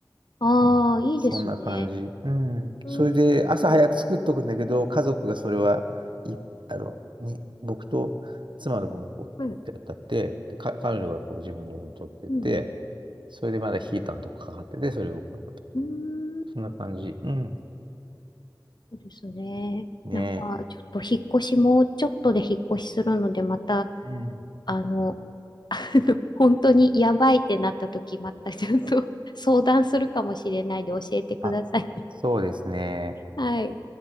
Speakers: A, on the left (about 65°); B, on the right (about 80°).
A: ああ、
B: うん、
A: いいですね。
B: そんな感じ。うん。
A: うん、
B: それで、朝早く作っとくんだけど、家族がそれは、い、あの、に、僕と妻の分をこう、
A: はい。
B: やったって、で、か、彼女がこう自分の分取ってて、
A: うん、うん。
B: それでまだヒーターのとこかかってて、それ僕の分と。
A: うん
B: そんな感じ。うん。
A: そうですね。
B: ね
A: なんか、ちょっと引っ越しも、ちょっとで引っ越しするので、また、
B: え。うん。
A: あの、<laughs> 本当にやばいってなった時、またちょっと <laughs> 相談するかもしれないで教えてください。
B: あ、
A: <laughs>
B: そうですね。
A: はい。